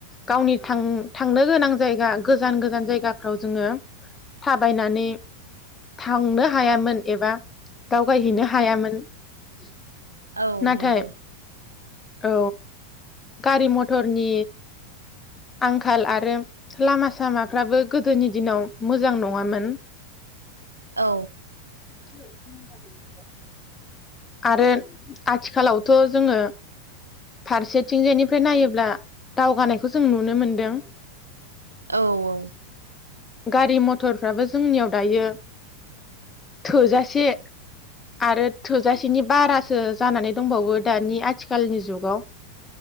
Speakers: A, on the left; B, on the right.
A: गावनि थां थांनो गोनां जायगा गोजान गोजान जायगाफ्राव जोङो थाबायनानै। थांनो हायामोन एबा दावगायहैनो हायामोन। <unintelligible>
B: औ
A: नाथाय
B: नंगौ।
A: औ गारि मथरनि आंखाल आरो लामा सामाफ्राबो गोदोनि दिनाव मोजां नङामोन।
B: औ।
A: <unintelligible> आरो आथिखालावथ' जोङो फारसेथिंजायनिफ्राय नायोब्ला दावगानायखौ जों नुनो मोनदों।
B: औ औ।
A: गारि मथर। फोराबो जोंनियाव दायो। थोजासे आरो थोजासेनि बारासो जानानै दंबावो दानि आथिखालनि जुगाव।